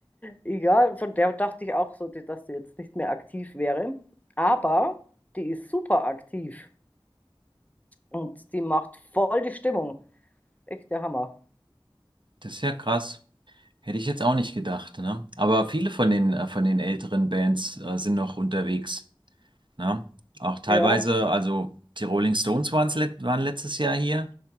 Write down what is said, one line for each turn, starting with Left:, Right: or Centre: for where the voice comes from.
Left: Ja, von der dachte ich auch so, die- dass die jetzt nicht mehr aktiv wäre. Aber die ist super aktiv und die macht voll die Stimmung. Echt der Hammer.
Right: Das ist ja krass. Hätte ich jetzt auch nicht gedacht, ne? Aber viele von den, äh, von den älteren Bands, äh, sind noch unterwegs, ne? Auch teilweise,
Left: Ja,
Right: also die Rolling Stones waren's let waren letztes Jahr hier.